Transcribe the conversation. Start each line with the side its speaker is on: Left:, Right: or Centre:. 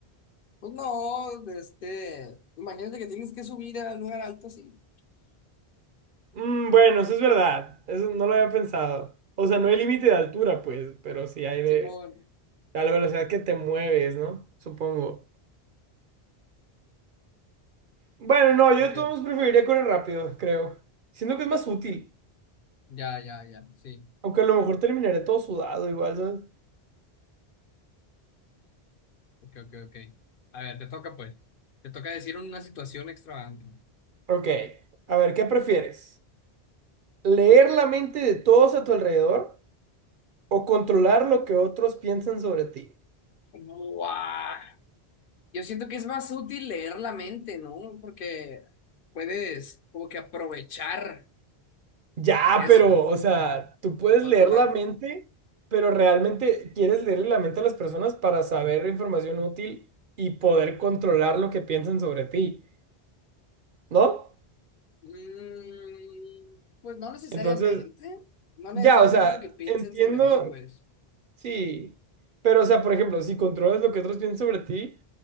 Left: Pues no, este, imagínate que tienes que subir a un lugar alto así.
Right: Mm, bueno, eso es verdad. Eso no lo había pensado. O sea, no hay límite de altura, pues, pero sí hay de
Left: Simón.
Right: a la velocidad que te mueves, ¿no? Supongo. Bueno, no, yo
Left: Ok,
Right: de todos modos preferiría correr rápido, creo. Siento que es más útil.
Left: ya, ya, ya, sí.
Right: Aunque a lo mejor terminaré todo sudado igual, ¿sabes?
Left: Ok, ok, ok. A ver, te toca pues. Te toca decir una situación extravagante.
Right: Ok, a ver, ¿qué prefieres? ¿Leer la mente de todos a tu alrededor o controlar lo que otros piensan sobre ti?
Left: ¡Guau! Yo siento que es más útil leer la mente, ¿no? Porque puedes como que aprovechar
Right: Ya,
Left: eso,
Right: pero, o sea, tú puedes
Left: controlar.
Right: leer la mente, pero realmente quieres leer la mente a las personas para saber información útil y poder controlar lo que piensan sobre ti, ¿no?
Left: Mm, pues no necesariamente,
Right: Entonces,
Left: no
Right: ya,
Left: necesariamente
Right: o sea,
Left: lo que piensen
Right: entiendo,
Left: sobre mí, pues.
Right: sí, pero, o sea, por ejemplo, si controlas lo que otros piensan sobre ti,